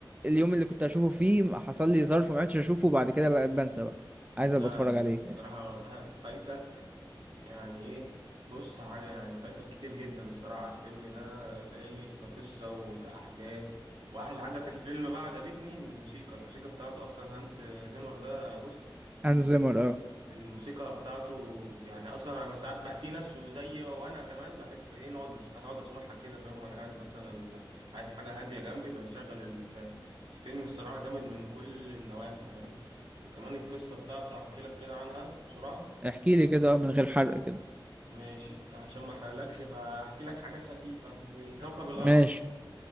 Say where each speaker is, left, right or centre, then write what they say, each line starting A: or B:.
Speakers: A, on the right (about 15°); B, on the right (about 75°).
A: اليوم اللي كنت هشوفه فيه حصل لي ظرف ما عرفتش اشوفه بعد كده بقى بنسى بقى عايز ابقى
B: لا
A: اتفرج
B: انت
A: عليه
B: الصراحة ده فايتك يعني ايه بص حاجة يعني فايتك كتير جدا الصراحة الفيلم ده رايق كقصة وكأحداث وأحلى حاجة في الفيلم بقى عجبتني الموسيقى الموسيقى بتاعته أصلا هانس زيمر ده بص
A: هانز زيمر اه
B: الموسيقى بتاعته يعني أصلا أنا ساعات بقى في ناس زيي وأنا كمان بحب إيه نقعد نسمع نقعد أسمعها كده فاهم وأنا قاعد مثلا عايز حاجة هادية جنبي بشغل البتاع. الفيلم الصراحة جامد من كل النواحي فاهم وكمان القصة بتاعته هحكي لك كده عنها بسرعة
A: احكي لي كده اه من غير حرق كده
B: ماشي عشان ما احرقلكش فاحكي لك حاجات خفيفة عن الكوكب الأرض
A: ماشي